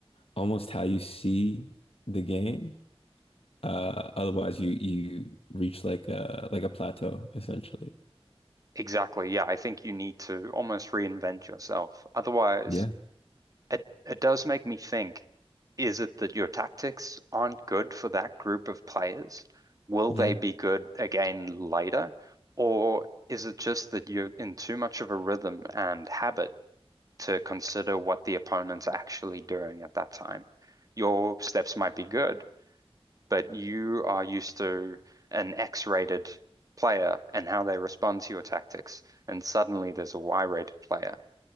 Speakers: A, on the left (about 70°); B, on the right (about 35°).
A: almost how you see the game. Uh otherwise you you reach like a like a plateau essentially.
B: Exactly. Yeah, I think you need to almost reinvent yourself. Otherwise,
A: Yeah.
B: it it does make me think, is it that your tactics aren't good for that group of players? Will
A: Yeah.
B: they be good again later? Or is it just that you're in too much of a rhythm and habit to consider what the opponent's actually doing at that time? Your steps might be good, but you are used to an X-rated player and how they respond to your tactics, and suddenly there's a Y-rated player